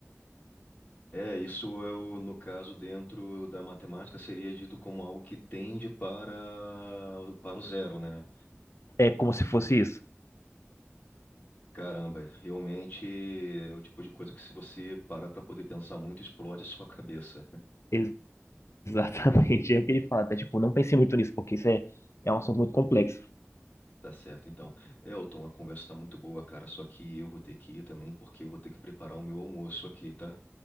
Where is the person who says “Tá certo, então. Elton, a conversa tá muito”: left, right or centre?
Left